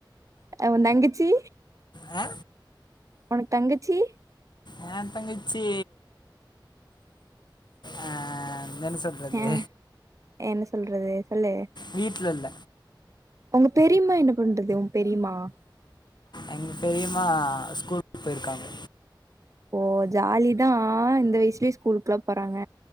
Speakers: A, on the right; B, on the left.
A: அ ஒந் தங்கச்சி
B: ஆ
A: ஒனக்‌ தங்கச்சி
B: ஏ தங்கச்சி ஆ என்னன்னு சொல்றது
A: அ என்ன சொல்றது சொல்லு
B: வீட்லல்ல
A: ஒங்க பெரிம்மா என்ன பண்றது ஒ பெரிம்மா
B: எங்க பெரியம்மா ஸ்கூல்க்கு போயிருக்காங்க
A: ஓ ஜாலி தா இந்த வயசுலே ஸ்கூலுக்லா போறாங்க